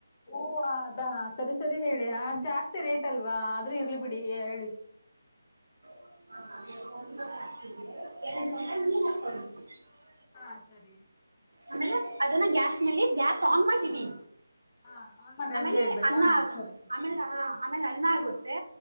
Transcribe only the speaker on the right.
<inaudible>
ಅಂದ್ರೆ ಅದನ್ನ ಗ್ಯಾಸ್ ನಲ್ಲಿ ಗ್ಯಾಸ್ ಆನ್ ಮಾಡಿಡಿ
ಆಮೇಲೆ
ಅನ್ನ ಆ
ಆಮೇಲೆ ಆಮೇಲೆ ಅನ್ನ ಆಗುತ್ತೆ